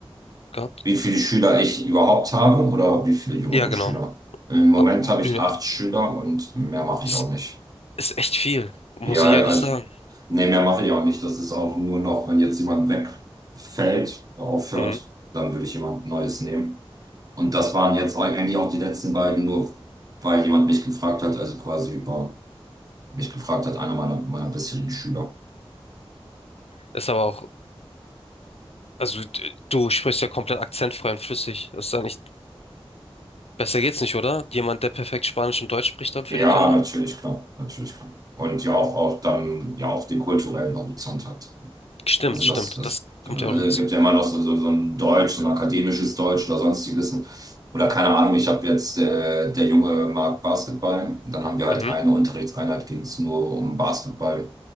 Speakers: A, on the left; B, on the right.
A: gehabt?
B: Wie viele Schüler ich überhaupt habe oder wie viele jüngere
A: Ja, genau.
B: Schüler? Im Moment
A: Ab-
B: habe
A: Ja,
B: ich acht Schüler und mehr mache
A: ist,
B: ich auch nicht.
A: ist echt viel, muss
B: Ja,
A: ich ehrlich
B: also,
A: sagen.
B: nee, mehr mache ich auch nicht. Das ist auch nur noch, wenn jetzt jemand wegfällt oder aufhört,
A: Mhm.
B: dann würde ich jemand Neues nehmen. Und das waren jetzt eigentlich auch die letzten beiden, nur weil jemand mich gefragt hat, also quasi über mich gefragt hat, einer meiner, meiner bisherigen Schüler.
A: Ist aber auch, also d- du sprichst ja komplett akzentfrei und flüssig. Ist da nicht, besser geht's nicht, oder? Jemand, der perfekt Spanisch und Deutsch spricht dann für
B: Ja,
A: die Kinder?
B: natürlich, klar, natürlich, klar. Und ja, auch, auch dann, ja, auch den kulturellen Horizont hat.
A: Stimmt,
B: Also
A: stimmt.
B: das, das
A: Das kommt
B: äh,
A: ja auch hinzu.
B: gibt ja immer noch so, so, so ein Deutsch, so ein akademisches Deutsch oder sonstiges. Oder keine Ahnung, ich habe jetzt, äh, der Junge mag Basketball. Dann haben wir halt
A: Mhm.
B: eine Unterrichtseinheit, ging es nur um Basketball.